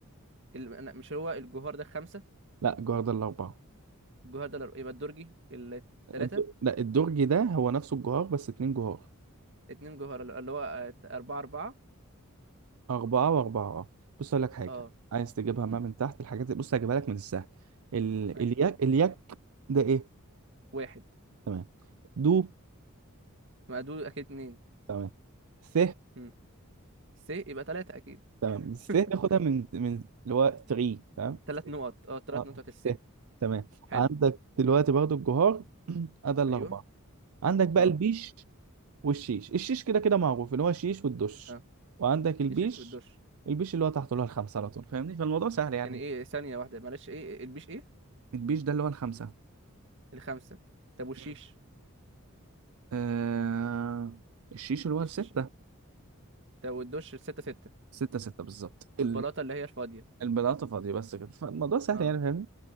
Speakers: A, on the right (about 55°); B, on the right (about 75°).
A: ال- أنا- مش هو الجوهر ده خمسة
B: لا الجهار ده الاربعة
A: الجوهر ده يبقى الدرجي التلاتة
B: الد... لا الدرج ده هو نفسه الجهار بس اتنين جهار
A: اتنين جوهر اللي اللي هو آه، أربعة أربعة
B: اربعة واربعة اه بص اقول لك حاجة
A: اه
B: عايز تجيبها ما
A: مم.
B: من تحت الحاجات دي بص هجيبها لك من السهل ال...
A: أيوه
B: الياك الياك ده ايه
A: واحد
B: تمام دو
A: مقدود أكيد اتنين
B: تمام س
A: مم. س يبقى تلاتة أكيد
B: تمام س
A: <laughs>
B: ناخدها من من اللي هو 3 تمام
A: تلات
B: س
A: نقط اه تلات
B: اه
A: نقط الس
B: س تمام
A: حلو
B: عندك دلوقتي برضو الجهار <clears throat> ادي الاربعه
A: ايوه
B: عندك بقى
A: اه
B: البيش والشيش الشيش كده كده معروف اللي هو الشيش والدش
A: اه
B: وعندك البيش
A: الشيش والدش
B: البيش اللي هو تحته اللي هو الخمسه على طول فاهمني فالموضوع سهل يعني
A: يعني ايه ثانية واحدة معلش ايه البيش ايه
B: البيش ده اللي هو الخمسه
A: الخمسة طب والشيش
B: مم. آه... الشيش اللي هو السته
A: الشيش طب والدش الستة ستة
B: ستة ستة بالظبط ال-
A: والبلاطة اللي هي الفاضية
B: البلاطة فاضية بس كده فالموضوع سهل
A: اه
B: يعني فاهمني